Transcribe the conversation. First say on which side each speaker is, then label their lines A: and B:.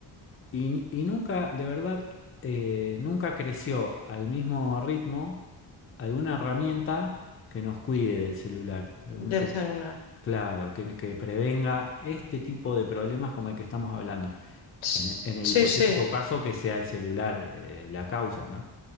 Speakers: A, on the left (about 30°); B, on the left (about 80°).
A: Y, y nunca, de verdad, eh, nunca creció al mismo ritmo alguna herramienta que nos cuide del celular, algún-
B: del
A: que,
B: celular.
A: claro, que, que prevenga este tipo de problemas como el que estamos hablando,
B: Ts-
A: en, e- en el
B: Sí,
A: hipotético
B: sí.
A: caso que sea el celular, eh, la causa, ¿no?